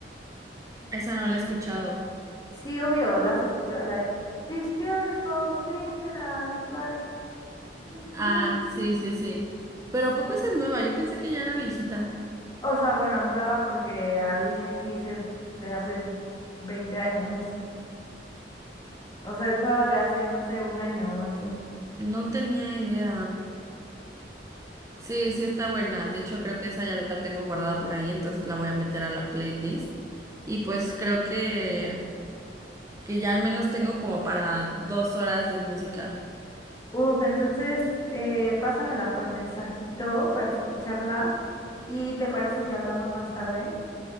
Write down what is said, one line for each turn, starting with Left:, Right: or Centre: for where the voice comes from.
Right: Esa no la he escuchado.
Left: Sí, obvio, la has escuchado, la de These Beautiful Things that I would like to
Right: Ah,
Left: please.
Right: sí, sí, sí. Pero ¿a poco esa es nueva? Yo pensé que ya era viejita.
Left: O sea, bueno, nueva porque Alicia Keys es de hace 20 años. O sea, es nueva de hace, no sé, un año o así.
Right: No tenía idea. Sí, sí está buena. De hecho, creo que esa ya la tengo guardada por ahí, entonces la voy a meter a la playlist. Y pues creo que, que ya al menos tengo como para dos horas de música.
Left: Uf, entonces eh, pásamela por mensajito para escucharla. ¿Y te parece si hablamos más tarde?